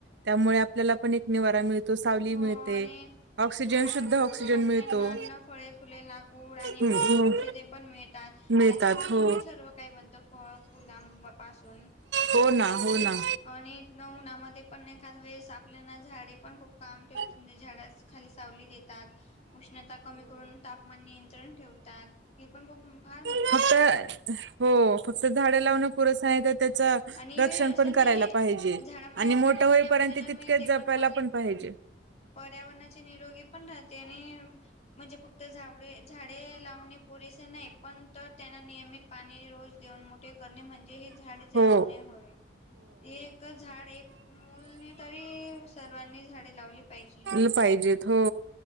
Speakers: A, on the right (about 75°); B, on the left (about 35°).
A: त्यामुळे आपल्याला पण एक निवारा मिळतो सावली
B: हो
A: मिळते.
B: आणि
A: ऑक्सिजन
B: झाडापासून
A: शुद्ध ऑक्सिजन
B: आपल्याना
A: मिळतो.
B: न फळे फुले लाकूड आणि
A: हम्म,
B: मग
A: हो
B: औषधे पण मिळतात
A: मिळतात
B: त्याच्यापासूनही
A: हो.
B: सर्व काय बनतं फळ फुलां पासून
A: हो ना हो ना
B: आणि न उन्हामध्ये पण नाहीखास वेळेस आपल्याना झाडे पण खूप काम ठेवतात
A: हो.
B: म्हणजे झाड खाली सावली देतात उष्णता कमी करून तापमान नियंत्रण ठेवतात हे पण खूप फार म
A: फक्त हो फक्त झाडं लावण पुर नाही तर त्याच
B: आणि
A: रक्षण
B: असं
A: पण
B: नाहीये
A: करायला पाहिजे
B: झाडामुळे
A: आणि
B: आपल्याला
A: मोठं
B: शुद्ध
A: होईपर्यंत
B: ऑक्सिजन
A: तितक्याच
B: मिळते
A: जपायला
B: प
A: पण पाहिजे.
B: पर्यावरणाचे निरोगी पण राहते आणि म्हणजे फक्त झावडे झाडे लावणे पुरेसे नाही. पण तर त्यांना नियमित पाणी रोज देऊन मोठे करणे म्हणजे हे झाडे गवणे
A: हो
B: हो झाड एक मुलने तरी सर्वांनी झाडे लावली पाहिजे.
A: पाहिजे हो